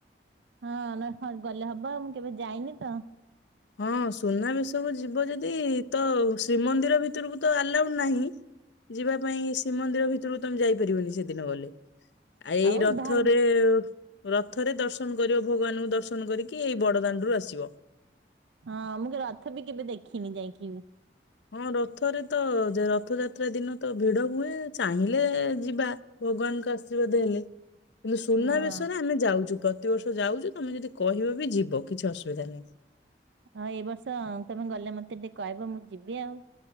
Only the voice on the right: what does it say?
ହଁ ନହେଲେ ଗଲେ ହବ ମୁଁ କେବେ ଯାଇନି ତ।
ଆଉ
ବାହାର
ହଁ ମୁଁ କେବେ ରଥ ବି କେବେ ଦେଖିନି ଯାଇକି ବି।
ହଁ।
ହଁ ଏଇ ବର୍ଷ ତମେ ଗଲେ ମତେ ଟିକେ କହିବ ମୁଁ ଯିବି ଆଉ।